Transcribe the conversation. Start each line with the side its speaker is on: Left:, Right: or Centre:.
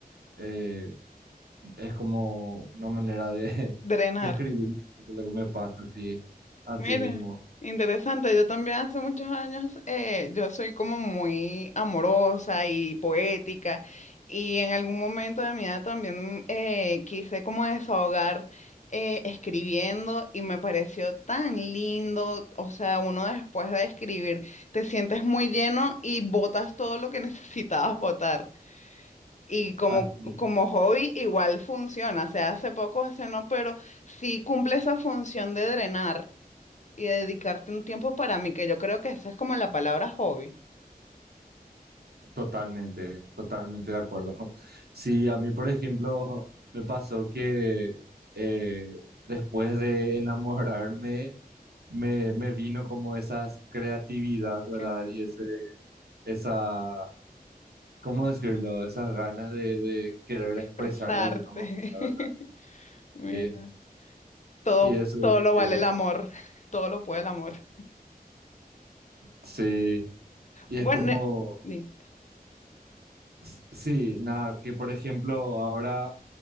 Right: Eh, es como una manera de, <laughs>
Left: Drenar.
Right: de escribir un poquito lo que me pasa, así, así
Left: Miren,
Right: mismo.
Left: interesante, yo también hace muchos años, eh, yo soy como muy amorosa y poética y en algún momento de mi vida también eh, quise como desahogar eh, escribiendo y me pareció tan lindo, o sea, uno después de escribir te sientes muy lleno y botas todo lo que <laughs> necesitabas botar. Y como,
Right: Así,
Left: como hobby igual funciona, o sea, hace poco, hace no, pero sí cumple esa función de drenar y de dedicarte un tiempo para mí, que yo creo que esa es como la palabra hobby.
Right: totalmente, totalmente de acuerdo. <laughs> Sí, a mí, por ejemplo, me pasó que eh, después de enamorarme, me, me vino como esa creatividad, ¿verdad?
Left: Qué bueno,
Right: Y ese, esa ¿cómo decirlo? Esas ganas de, de querer
Left: expresarte.
Right: expresar de alguna manera, la ¿verdad?
Left: <laughs> Mira,
Right: Sí,
Left: todo,
Right: y eso
Left: todo
Right: dice
Left: lo vale
Right: que
Left: el amor, todo lo puede el amor.
Right: sí, y
Left: Bueno,
Right: es como,
Left: eh, sí,
Right: s- sí, nada, que por ejemplo ahora